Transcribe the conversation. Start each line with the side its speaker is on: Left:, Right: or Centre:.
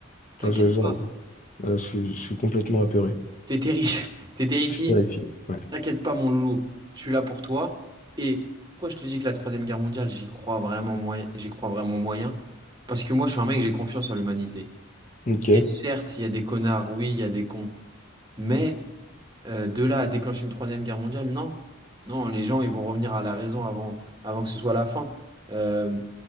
Right: T'inquiète
Left: je, je,
Right: pas,
Left: je, je suis je suis complètement apeuré.
Right: t'es terrifié. <laughs> T'es terrifié.
Left: Je suis terrifié. Ouais.
Right: T'inquiète pas, mon loulou. Je suis là pour toi. Et pourquoi je te dis que la Troisième Guerre mondiale, j'y crois vraiment moyen, j'y crois vraiment moyen? Parce que moi, je suis un mec, j'ai confiance en l'humanité.
Left: Ok.
Right: Et certes, il y a des connards, oui, il y a des cons, mais euh, de là à déclencher une troisième guerre mondiale, non. Non, les gens, ils vont revenir à la raison avant, avant que ce soit la fin. Euh,